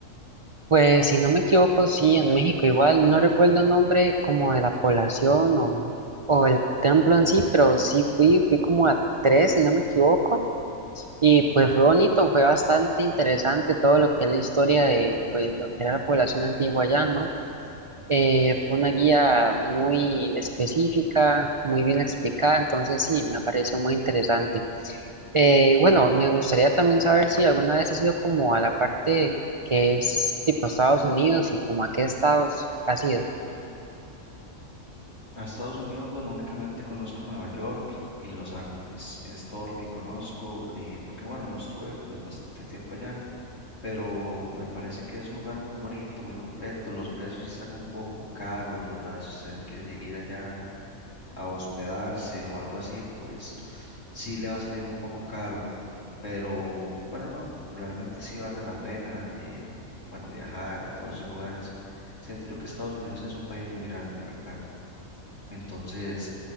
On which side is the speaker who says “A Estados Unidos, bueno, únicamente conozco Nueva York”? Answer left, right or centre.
Left